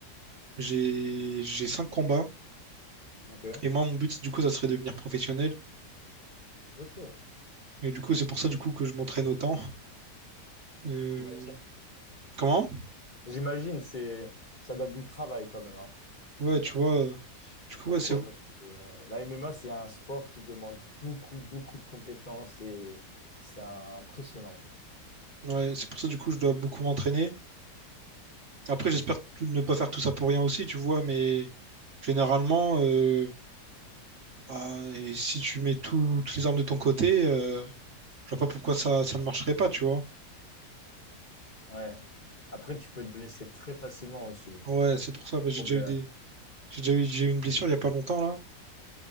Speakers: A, on the right (about 50°); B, on the left (about 35°).
A: J'ai, j'ai cinq combats.
B: Ok,
A: Et moi, mon but, du coup, ça serait de devenir professionnel.
B: ok.
A: Et du coup, c'est pour ça, du coup, que je m'entraîne autant. Euh,
B: J'imagine,
A: comment?
B: J'imagine, c'est, ça donne du travail quand même. hein.
A: Ouais, tu vois. euh, Du coup,
B: Pourquoi?
A: ouais, c'est
B: Parce que euh, la MMA, c'est un sport qui demande beaucoup, beaucoup de compétences et c'est impressionnant.
A: Ouais, c'est pour ça, du coup, je dois beaucoup m'entraîner. Après, j'espère tout- ne pas faire tout ça pour rien aussi, tu vois, mais généralement, euh, bah, et si tu mets tout, toutes les armes de ton côté, euh, je vois pas pourquoi ça, ça ne marcherait pas, tu vois.
B: Ouais. Après, tu peux te blesser très facilement aussi.
A: Ouais, c'est pour ça, bah, j'ai
B: Problème.
A: déjà eu des, j'ai déjà eu, j'ai eu une blessure il y a pas longtemps, là.